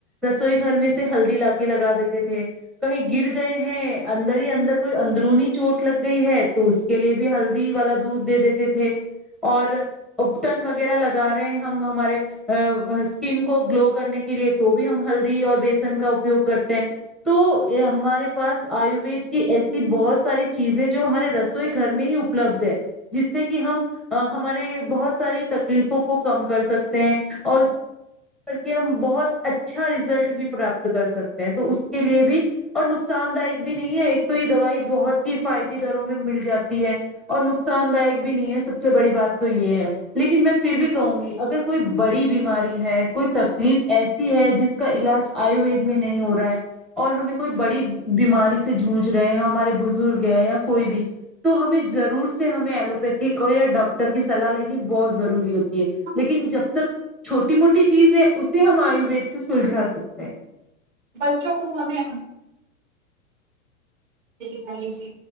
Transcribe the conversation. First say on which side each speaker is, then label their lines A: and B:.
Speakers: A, in the centre; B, on the right (about 60°).
A: رس سوئی گھر میں سے ہلدی لا کے لگا دیتے تھے کہیں گر گئے ہیں اندر ہی اندر کوئی اندرونی چوٹ لگ گئی ہے تو اس کے لیے بھی ہلدی والا دودھ دے دیتے تھے اور ٹن وغیرہ لگا رہے ہیں ہمارے اسکن کو گلو کرنے کے لیے تو بھی ہم ہل اور بیسن کا اپیوگ کرتے ہیں تو ہمارے پاس آیوید کی ایسی بہت ساری چیزیں جو ہمارے رسوئی گھر میں ہی اپلبدھ ہے جس سے کہ ہم ہمارے بہت ساری تکلیفوں کو کم کر سکتے ہیں اور کر کے ہم بہت اچھا رزلٹ بھی پراپت کر سکتے ہیں تو اس کے لیے بھی اور نقصان دائک بھی نہیں ہے ایک تو یہ دوائی بہت ہیفاتی دروں میں مل جاتی ہے اور نقصان دائک بھی نہیں ہے سب سے بڑی بات تو یہ ہے لیکن میں پھر بھی کہوں گی اگر کوئی بڑی بیماری ہے کوئی تکلیف ایسی ہے جس کا علاج آیوید میں نہیں ہو رہا ہے اور ہمیں کوئی بڑی بیماری سے جونج رہے ہیں ہمارے بزرگ ہیں یا کوئی بھی تو ہمیں ضرور سے ہمیں ایلوپیتک یا ڈاکٹر کی سلاح لینی بہت ضوری
B: ہمیں
A: لیکن جب تک چھوٹی موٹی چیز ہے اسے ہم آی و سے سلجا سکتے ہیں
B: بچوں کو ہمیں چاہے